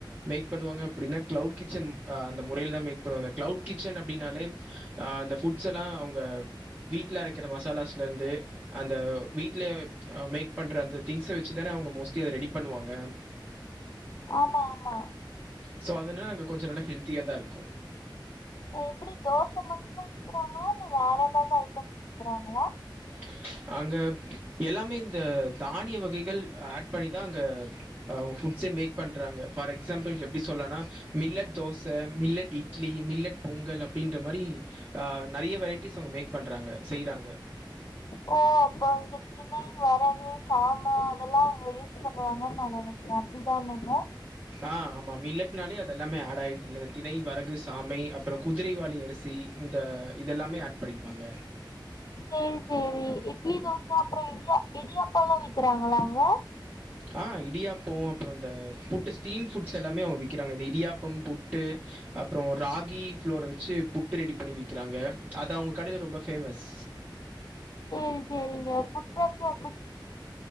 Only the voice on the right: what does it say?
மேக் பண்ணுவாங்க அப்டினா கிளவுட் கிச்சன் அ அந்த முறையில தா மேக் பண்ணுவாங்க கிளவுட் கிச்சன் அப்டின்னாலே அந்த ஃபுட்ஸ் எல்லா அவுங்க வீட்ல அரைக்கிற மசாலாஸ் லேர்ந்து அந்த வீட்ல மேக் பண்ற அந்த திங்ஸ வச்சு தான அவுங்க மோஸ்ட்லி அத ரெடி பண்ணுவாங்க
சோ அதுனா அங்க கொஞ்சோ நல்லா ஹெல்த்தியாதாருக்கு
<inaudible> அங்க எல்லாமே இந்த தானிய வகைகள் ஆட் பண்ணிதா அங்க அவுங் ஃபுட் ச மேக் பண்றாங்க ஃபார் எக்ஸாம்பிள் எப்புடி சொல்லானா millet dosa millet idli millet pongal அப்புடின்ற மாரி அ நெறைய வெரைட்டிஸ் அவுங்க மேக் பண்றாங்க செய்யுறாங்க
ஆ ஆமா மில்லட்னாலே அது எல்லாமே ஆட் ஆயிருதுல தினை வரகு சாமை அப்றோ குதிரைவாளி அரிசி இந்த இதெல்லாமே ஆட் படிப்பாங்க
அ இடியாப்போ அப்றோ இந்த புட்டு ஸ்டீம் ஃபுட்ஸ் எல்லாமே அவுங்க விக்கிறாங்க இந்த இடியாப்பம் புட்டு அப்றோ ராகி ஃப்ளோர வச்சு புட்டு ரெடி பண்ணி விக்கிறாங்க அது அவுங்க கடையில ரொம்ப ஃபேமஸ்